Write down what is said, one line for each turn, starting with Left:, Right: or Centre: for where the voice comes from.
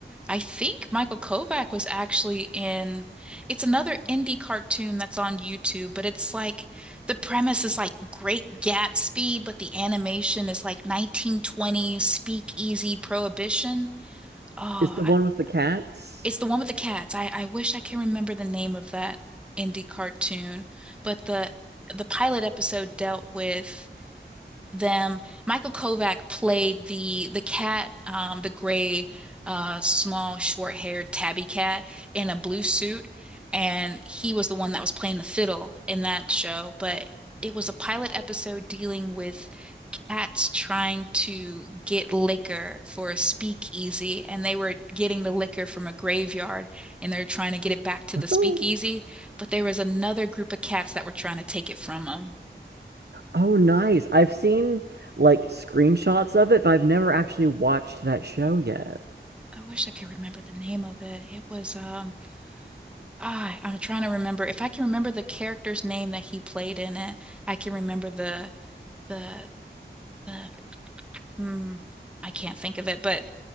Centre: I think Michael Kovac was actually in, it's another indie cartoon that's on YouTube, but it's like the premise is like Great Gatsby, but the animation is like 1920s speakeasy prohibition.
Right: <laughs>
Centre: Oh,
Right: Is the
Centre: I,
Right: one with the cats?
Centre: it's the one with the cats. I, I wish I can remember the name of that indie cartoon, but the the pilot episode dealt with them. Michael Kovac played the the cat, um, the gray, uh, small, short-haired tabby cat in a blue suit, and he was the one that was playing the fiddle in that show. But it was a pilot episode dealing with cats trying to get liquor for a speakeasy, and they were getting the liquor from a graveyard, and they were trying to get it back to
Right: Oh,
Centre: the speakeasy. But there was another group of cats that were trying to take it from them.
Right: oh, nice. I've seen like screenshots of it, but I've never actually watched that show yet.
Centre: I wish I could remember the name of it. It was um ah, I'm trying to remember. If I can remember the character's name that he played in it, I can remember the the the mm, I can't think of it, but